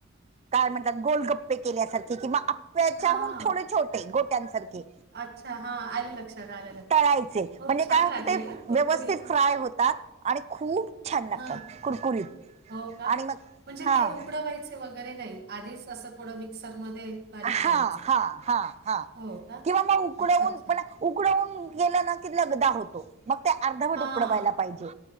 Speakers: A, on the right (about 30°); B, on the right (about 50°).
A: काय म्हणतात गोलगप्पे केल्यासारखे क किंवा आप्याच्याहून
B: हां.
A: थोडे छोटे गोट्यांसारखे
B: अच्छा हां, आलं लक्षात, आलं लक्षात
A: तळायचे
B: हो
A: म्हणजे काय
B: छान
A: होतं
B: लागेल
A: ते
B: ना कुरकुरीत?
A: व्यवस्थित फ्राय होतात आणि खूप छान लागतात
B: हां,
A: कुरकुरीत
B: हो का?
A: आणि मग,
B: म्हणजे
A: हां.
B: उकडवायचे ते वगैरे नाही, आधीच असं थोडं मिक्सरमध्ये बारीक
A: हां,
B: करायचं.
A: हां, हां, हां
B: हो का?
A: किंवा मग उकडवून
B: अच्छा, अच्छा.
A: पण उकडवून गेलं ना की लगदा होतो मग ते अर्धवट
B: हां,
A: उकडवायला पाहिजे.